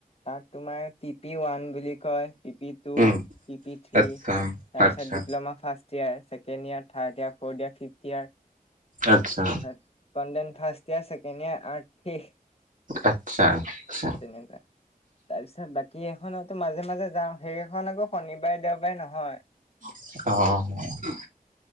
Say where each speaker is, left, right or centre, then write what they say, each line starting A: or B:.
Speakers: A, on the left (about 40°); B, on the right (about 60°).
A: তাত তোমাৰ পিপি ওৱান বুলি কয় পিপি two
B: um
A: P P three
B: আচ্ছা
A: তাৰ
B: আচ্ছা
A: পিছত diploma first first year second year third year fourth year fifth year
B: আচ্ছা
A: তাৰছত কনডেন first year second year art কি
B: আচ্ছা আচ্ছা।
A: তেনেকুৱা তাৰপিছত বাকী কি এখনততো মাজে, মাজে যাও সেইখন আকৌ শনিবাৰে দেওবাৰে নহয়
B: অ'।